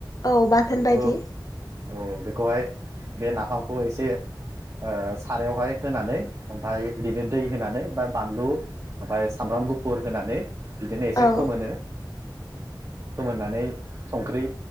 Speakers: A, on the left (about 45°); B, on the right (about 40°).
A: औ बाथोन
B: बेखौ
A: बायदि
B: औ बेखौहाय बे नाफामखौ एसे ओ सारायावहाय होनानै ओमफ्राय बिदिनो दै होनानै बा बानलु ओमफ्राय सामब्राम गुफुर होनानै बिदिनो एसे
A: औ
B: फोमोनो। फोमोननानै संख्रि